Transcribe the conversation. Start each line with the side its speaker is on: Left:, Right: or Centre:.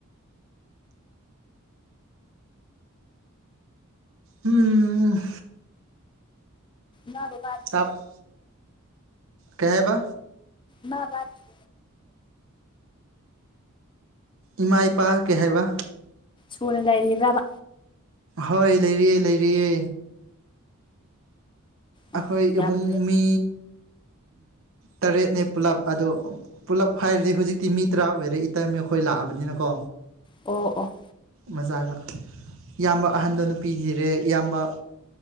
Right: ꯎꯝ ꯑꯣ
Left: ꯔꯕꯕꯥ <inaudible>
Right: ꯇꯞ ꯀꯩꯍ ꯍꯥꯏꯦꯕ
Left: ꯃꯕꯀꯣ
Right: ꯏꯃꯥ ꯏꯄꯥ ꯀꯩ ꯍꯥꯏꯕ
Left: ꯁꯨꯅ ꯂꯩꯥꯏꯔꯤꯕ꯭ꯔꯕ
Right: ꯍꯣꯏ ꯂꯩꯔꯤꯑ ꯂꯩꯔꯤꯑꯦ꯫
Left: ꯑꯣ
Right: ꯑꯩꯈꯣꯏ
Left: ꯌꯥꯝ
Right: ꯏꯕꯨꯡ
Left: ꯐꯩ
Right: ꯃꯤ ꯇꯔꯦꯠꯅꯦ ꯄꯨꯂꯞ ꯑꯗꯣ꯫ ꯄꯨꯜꯂꯞ ꯍꯥꯏꯔꯗꯤ ꯍꯧꯖꯤꯛꯇꯤ ꯃꯤ ꯇꯔꯥ ꯑꯣꯏꯔꯦ ꯏꯇꯩꯃꯈꯣꯏ ꯂꯥꯛꯑꯕꯅꯤꯅ ꯀꯣ꯫
Left: ꯑꯣ ꯑꯣ꯫
Right: ꯃꯖꯥꯒ꯫ ꯏꯌꯥꯝꯕ ꯑꯍꯟꯗ ꯅꯨꯄꯤ ꯊꯤꯔꯦ ꯏꯌꯥꯝꯕ